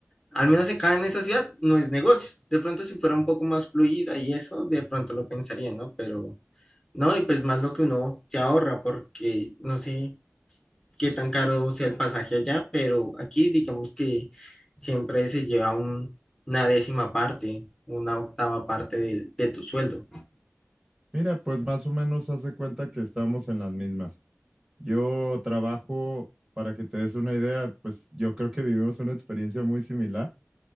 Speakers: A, on the left (about 15°); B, on the right (about 20°).
A: al menos acá en esa ciudad no es negocio. De pronto si fuera un poco más fluida y eso, de pronto lo pensaría, ¿no? Pero no, y pues más lo que uno se ahorra, porque no sé qué tan caro sea el pasaje allá, pero aquí digamos que siempre se lleva un- una décima parte, una octava parte del- de, tu sueldo.
B: Mira, pues más o menos hace cuenta que estamos en las mismas. Yo trabajo, para que te des una idea, pues yo creo que vivimos una experiencia muy similar.